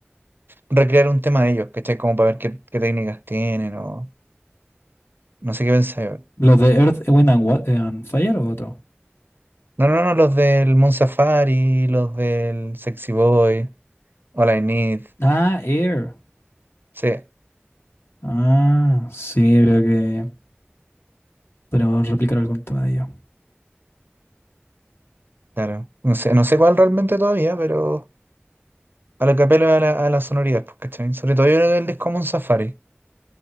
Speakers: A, on the right; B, on the left.
A: recrear un tema de ellos, ¿cachai? Como para ver qué, qué técnicas tienen o... No sé qué pensáis.
B: ¿Los de Earth, Wind and, Wa- and Fire o otro?
A: No, no, no, los del Moon Safari, los del Sexy Boy, All I Need.
B: Ah, Air.
A: Sí,
B: Ah, sí, creo que podemos replicar algún tema de ello.
A: claro. No sé, no sé cuál realmente todavía, pero a lo que apelo es a la, a la sonoridad, pues, ¿cachai? Sobre todo yo creo que el disco Moon Safari.